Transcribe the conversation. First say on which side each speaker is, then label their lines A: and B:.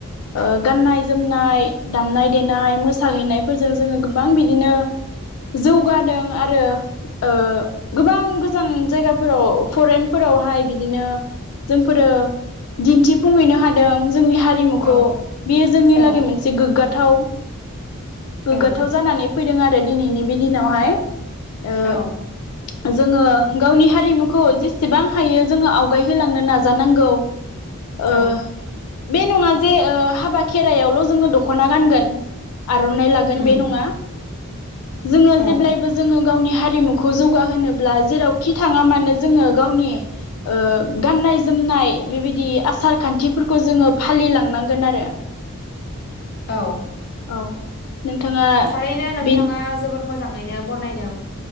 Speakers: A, on the left; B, on the left.
A: ओ गाननाय जोमनाय दामनाय देनाय मोसाहैनायफोरजों जोङो गोबां बिदिनो जौगादों आरो ओ गोबां गोजान जायगाफोराव फरेन फोरावहाय बिदिनो जोंफोरो दिन्थिफुंहैनो हादों जोंनि हारिमुखौ
B: औ
A: बियो जोंनि
B: औ
A: लागै मोनसे गोग्गाथाव गोग्गाथाव
B: औ
A: जानानै फैदों आरो दिनैनि बि दिनावहाय ओ
B: औ
A: जोङो गावनि हारिमुखौ जेसेबां हायो जोङो आवगायहोलांनो नाजानांगौ ओ
B: औ
A: बे नङा जे ओ हाबा खेराइायावल' जोङो दख'ना गानगोन आर'नाइ लागोन
B: उम
A: बे नङा जोङो
B: औ
A: जेब्लायबो जोङो गावनि हा हारिमुखौ जौगाहोनोब्ला जेराव खि थाङा मानो जोङो गावनि ओ गाननाय जोमनाय बेबायदि आसार खान्थिफोरखौ जोङो फालिलांनांगोन आरो।
B: औ।
A: औ नोंथाङा
B: थारैनो नोंथाङा
A: बे
B: जोबोर मोज जांङैनो बनायदों।